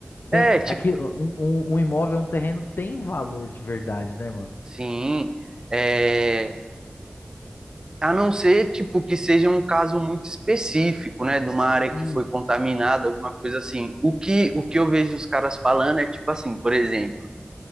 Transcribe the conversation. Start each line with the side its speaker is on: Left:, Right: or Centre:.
Left: Tem,
Right: é, tipo,
Left: aqui, um, um, um imóvel, um terreno tem valor de verdade, né, mano?
Right: sim, é, A não ser, tipo, que seja um caso muito específico, né, de uma área
Left: Hum,
Right: que foi contaminada, alguma coisa assim. O que, o que eu vejo os caras falando é tipo assim, por exemplo,